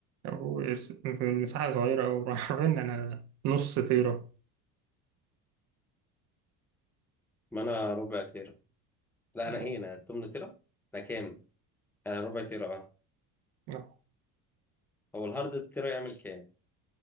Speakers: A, on the right (about 50°); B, in the centre.
A: او اس- في مساحه صغيره او <laughs> عارفين انا نص تيرا
B: ما أنا ربع تير لا انا
A: آه.
B: ايه انا 8 تيرا انا كام انا ربع تيرا اه
A: آه.
B: هو الهارد التيرا يعمل كام